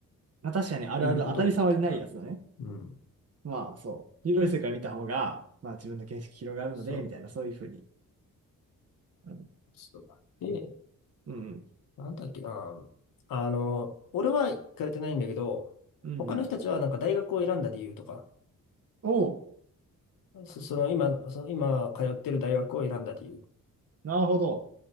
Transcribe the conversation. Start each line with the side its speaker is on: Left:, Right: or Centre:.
Right: まあ確かにあるある当たり障りないやつだね。
Left: いうことを言ったから。うん。
Right: まあそう、広い世界見た方が、まあ自分の見識広がるので、
Left: そう。
Right: みたいな、そういうふうに。うん、
Left: そう。で、
Right: うん、
Left: なんだっけな。あの、俺は行かれてないんだけど、
Right: うん。
Left: 他の人たちはなんか大学を選んだ理由とか、
Right: うんおう、
Left: そ、その今の、その今通ってる大学を選んだ理由と
Right: なるほど。